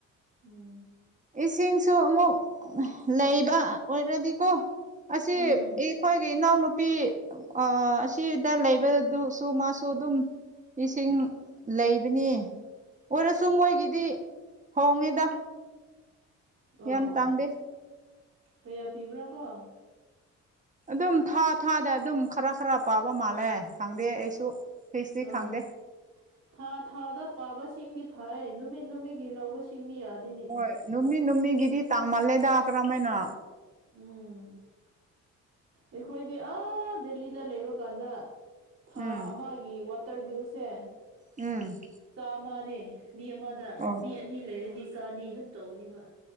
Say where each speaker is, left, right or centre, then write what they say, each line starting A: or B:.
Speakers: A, on the right; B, on the right.
A: ꯎꯝ
B: ꯏꯁꯤꯡꯁꯨ ꯑꯃꯨꯛ ꯂꯩꯕ ꯑꯣꯏꯔꯗꯤꯀꯣ ꯑꯁꯤ
A: ꯎꯝ
B: ꯏ ꯑꯩꯈꯣꯏꯒꯤ ꯏꯅꯥꯎꯅꯨꯄꯤ ꯑ ꯑꯁꯤꯗ ꯂꯩꯕꯗꯨꯁꯨ ꯃꯥꯁꯨ ꯑꯗꯨꯝ ꯏꯁꯤꯡ ꯂꯩꯕꯅꯤ ꯑꯣꯏꯔꯁꯨ ꯃꯣꯏꯒꯤꯗꯤ ꯍꯣꯡꯉꯦꯗ
A: ꯑꯣ
B: ꯌꯥꯝ ꯇꯥꯡꯗꯦ
A: ꯀꯌꯥ ꯄꯤꯕ꯭ꯔꯥ ꯀꯣ
B: ꯑꯗꯨꯝ ꯊꯥ ꯊꯥꯗ ꯑꯗꯨꯝ ꯈꯔ ꯈꯔ ꯄꯥꯕ ꯃꯥꯜꯂꯦ ꯈꯪꯗꯦ ꯑꯩꯁꯨ ꯐꯤꯛꯁꯇꯤ
A: ꯑꯣ
B: ꯈꯪꯗꯦ
A: ꯊꯥ ꯊꯥꯗ ꯄꯥꯕꯁꯤꯡꯗꯤ ꯐꯥꯏꯌ‌ꯦ ꯅꯨꯃꯤꯠ ꯅꯨꯃꯤꯠꯒꯤ ꯂꯧꯕꯁꯤꯡꯗꯤ ꯌꯥꯗ‌ꯦꯅꯤ
B: ꯍꯣꯏ ꯅꯨꯃꯤ ꯅꯨꯃꯤꯒꯤꯗꯤ ꯇꯥꯡ ꯃꯥꯜꯂꯦꯗ ꯀꯔꯝꯃꯥꯏꯅ
A: ꯎꯝ ꯑꯩꯈꯣꯏꯗꯤ ꯑꯥ ꯗꯦꯜꯂꯤꯗ ꯂꯩꯕ ꯀꯥꯟꯗ ꯊꯥ
B: ꯎꯝ
A: ꯑꯃꯒꯤ ꯋꯥꯇꯔ ꯕꯤꯜꯁꯦ
B: ꯎꯝ
A: ꯆꯥꯃꯅꯦ ꯃꯤ ꯑꯃꯗ
B: ꯑꯣ
A: ꯃꯤ ꯑꯅꯤ ꯂꯩꯔꯗꯤ ꯆꯥꯅꯤ ꯑꯗꯨꯝ ꯇꯧꯕꯅꯦꯕ